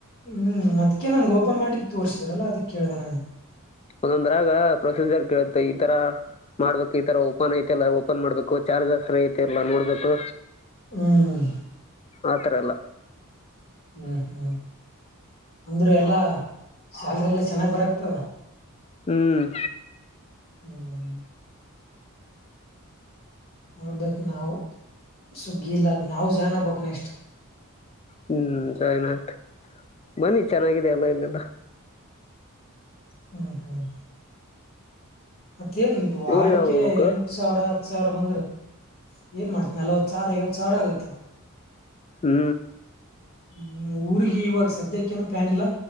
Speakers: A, on the left; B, on the left.
A: ಹ್ಮ್ ಅದಕ ನನ್ ಓಪನ್ ಮಾಡಿಕ್ ತೋರ್ಸಿದ್ರಲ್ಲ ಅದಿ ಕೇಳ್ದ ನಾನು
B: ಒಂದೊಂದ್ರಾಗ ಪ್ರೊಸೀಜರ್ ಕೇಳುತ್ತೆ ಈ ತರ ಮಾಡ್ಬೇಕು ಈ ತರ ಓಪನ್ ಐ್ತ ಲ್ಲ ಓಪನ್ ಮಾಡ್ಬೇಕು ಚಾರ್ಜರ್ ಫ್ರೀ ಐತಿ ಇಲ್ಲಾ ನೋಡ್ಬೇಕು
A: ಹ್ಮ್
B: ಆತ್ರರ ಅಲ್ಲ
A: ಹ್ಮ್ ಹ್ಮ್ ಅಂದ್ರೆ ಎಲ್ಲಾ ಶಲ್ರಿ ಎಲ್ಲಾ ಚೆನ್ನಾಗ್ ಬರಕತ್ತದ
B: ಹ್ಮ್
A: ಹ್ಮ್ ನೋಡ್ಬೇಕೇಕ್ ನಾವವು ಸುಗ್ಗಿ ಇಲ್ಲ ನಾವವು ಜನ್ ಆಗ್ಬಕ್ ನೆಕ್ಸ್ಟ್
B: ಹ್ಮ್ ಜೈನ್ ಆಗ್ತ ಬನ್ನಿ ಚೆನ್ನಾಗಿದೆ ಎಲ್ಲ ಇಲ್ಲಲ್ಲ
A: ಹ್ಮ್ ಹ್ಮ್ ಮತ್ತೇನ್ ವಾರಕ್ಕೆ
B: ಊರಿಗೆ ಯಾವಾಗ ಹೋಗ್ಬೇಕು
A: ಎಂಟ ಸಾವಿರ ಹ ಸಾವಿರ ಬಂದ್ರೆ ಏನ್ ಮಾಡ್ತನಿ ನಲವತ್ತು ಸಾವಿರ ಐವತ್ತು ಸಾವಿರ ಆಗುತ್ತೆ
B: ಹ್ಮ್
A: ಹ್ಮ ಊರ್ಗ ಇವಾಗ ಸದ್ಯಕ್ಕ ಏನು ಪ್ಲಾನ್ ಇಲ್ಲ